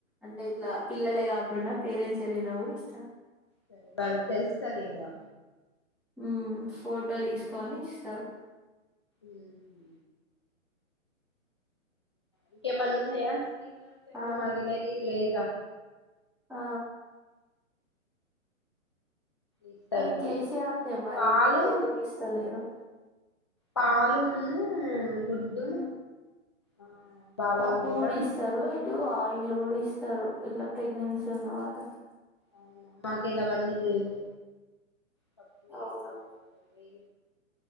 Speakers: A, in the centre; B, on the left.
A: అంటే ఇట్లా పిల్లలే కాకుండా పేరెంట్స్ వెళ్ళినా కూడా ఇష్టం
B: సరే వాళ్ళకి తెలుస్తది కదా
A: మ్మ్ ఫోటో తీసుకొని ఇస్తారు
B: మ్మ్ హు ఇంకేమన్నా ఉన్నాయా ఇ
A: ఆ
B: స మగ నదల్ ఇదరా
A: ఆ
B: ఇస్తారు
A: అది కేసీఆర్దే
B: అని
A: మరి
B: పాలు
A: మీకెందుకు ఇస్తాలేరు
B: పాలు ఉన్ను ఆ గుడ్డు
A: ఉమ్,
B: ఆ బాలామృతం
A: పప్పు కూడ ఇస్తారు ఇ ఆయిల్ కూడా ఇస్తారు ఇట్లా ప్రెగ్నెన్సీ ఉన్న వాళ్ళకి
B: అవునా మాకు ఇలావన్నీ లేవు కప్పులే
A: అవునా
B: ఏదు వాారు ఏ